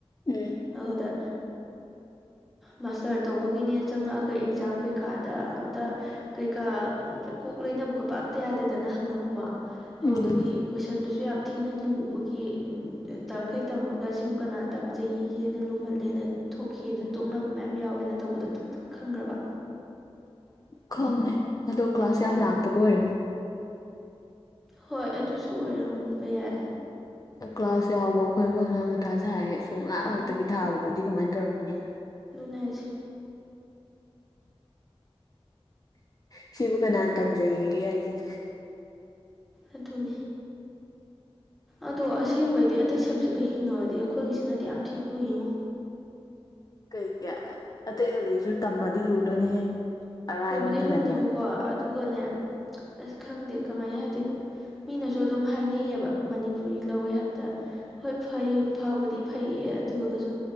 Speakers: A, on the left; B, in the centre.
A: ꯎꯝ
B: ꯑꯍꯨꯗ ꯃꯥꯁꯇꯔ ꯇꯧꯕꯒꯤꯅꯦ ꯆꯪꯉꯛꯑꯒ ꯑꯦꯛꯖꯥꯝ ꯀꯩꯀꯥꯗ ꯑꯝꯇ ꯀꯩꯀꯥ ꯀꯣꯛ ꯂꯣꯢꯅꯕ ꯈꯣꯠꯄ ꯑꯝꯇ ꯌꯥꯗꯦꯗꯅ ꯍꯪꯅꯕꯐꯥꯎ
A: ꯎꯝ
B: ꯑꯗꯨꯒꯤ ꯀꯣꯏꯁꯟꯗꯨꯁꯨ ꯌꯥꯝ ꯊꯤꯅ ꯂꯨꯕꯒꯤ ꯎꯝ ꯇꯝꯈꯩ ꯇꯝꯃꯒ ꯁꯤꯕꯨ ꯀꯅꯥ ꯇꯝꯖꯩ ꯋꯦꯒꯦꯅ ꯂꯨꯝꯍꯜꯂꯦꯅ ꯊꯣꯛꯈꯤꯑꯅ ꯇꯣꯛꯅꯕ ꯃꯌꯥꯝ ꯌꯥꯎꯋꯦꯅ ꯇꯧꯕꯗ ꯈꯪꯒꯔꯕ
A: ꯈꯪꯉꯦ ꯑꯗꯣ ꯀ꯭ꯂꯥꯁ ꯌꯥꯝ
B: ꯌꯥꯎꯕ꯭ꯔꯥ
A: ꯂꯥꯛꯇꯕ ꯑꯣꯏꯔꯝꯅꯤ
B: ꯍꯣꯏ ꯑꯗꯨꯁꯨ ꯑꯣꯏꯔꯝꯕ ꯌꯥꯏ
A: ꯀ꯭ꯂꯥꯁ ꯌꯥꯎꯕ ꯑꯩꯈꯣꯏꯕꯥꯎ ꯑꯁꯨꯛꯌꯝ ꯃꯊꯥ ꯁꯥꯔꯦ ꯁꯨꯡꯂꯥꯛ
B: ꯑꯗꯨꯅ
A: ꯂꯥꯛꯇꯕꯤ ꯊꯥꯕꯗꯨꯗꯤ ꯀꯃꯥꯏ ꯇꯧꯔꯝꯃꯅꯤ
B: ꯑꯗꯨꯅꯦ ꯍꯥꯏꯁꯦ
A: ꯁꯤꯕꯨ ꯀꯅꯥꯟ ꯇꯝꯖꯩꯋꯦꯒꯦ ꯍꯥꯏꯖꯤꯅꯤ
B: ꯑꯗꯨꯅꯤ ꯑꯗꯣ ꯑꯁꯦꯡꯕꯩꯗꯤ ꯑꯇꯩ ꯁꯞꯖꯦꯛꯀꯥ ꯌꯦꯡꯅꯧꯔꯗꯤ ꯑꯩꯈꯣꯏꯒꯤꯁꯤꯅꯗꯤ ꯌꯥꯝꯊꯤꯅ ꯂꯨꯢ ꯑꯉꯣ
A: ꯀꯩꯒꯤ ꯑꯇꯩ ꯁꯕꯖꯦꯛꯁꯨ ꯇꯝꯃꯗꯤ ꯂꯨꯗꯣꯏꯅꯦꯍꯦ ꯑꯔꯥꯏꯕ
B: ꯂꯨꯕꯨꯗꯤ
A: ꯑꯝꯇ
B: ꯂꯨꯅꯦꯕꯀꯣ
A: ꯂꯩꯔꯝꯃꯣꯏ
B: ꯑꯗꯨꯒꯅꯦ ꯑꯁ ꯈꯪꯗꯦ ꯀꯃꯥꯏꯅ ꯍꯥꯏꯗꯣꯏꯅꯣ ꯃꯤꯅꯁꯨ ꯑꯗꯨꯝ ꯍꯥꯏꯅꯩ ꯑꯕ ꯃꯅꯤꯄꯨꯔꯤ ꯂꯧꯋꯦ ꯍꯥꯏꯕꯗ ꯍꯣꯏ ꯐꯩ ꯐꯥꯕꯨꯗꯤ ꯐꯩꯌꯦ ꯑꯗꯨꯒꯁꯨ